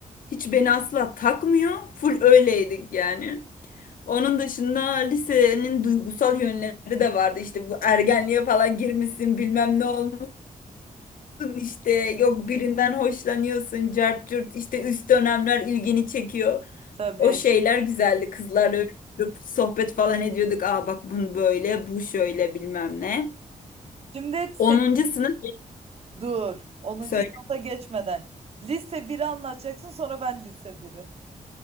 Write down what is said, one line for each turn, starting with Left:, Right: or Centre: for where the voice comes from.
Left: Hiç beni asla takmıyor. Full öyleydik yani. Onun dışında lisenin duygusal yönleri de vardı. İşte bu ergenliğe falan girmişsin, bilmem ne olmuşsun işte yok birinden hoşlanıyorsun, cart curt işte üst dönemler ilgini çekiyor.
Right: Tabii.
Left: O şeyler güzeldi. Kızlarla öyle oturup sohbet falan ediyorduk. Aa bak bunu böyle, bu şöyle bilmem ne.
Right: Şimdi sen
Left: onuncu sınıf
Right: dur. Onuncu
Left: söyle.
Right: sınıfa geçmeden. Lise biri anlatacaksın sonra ben lise biri.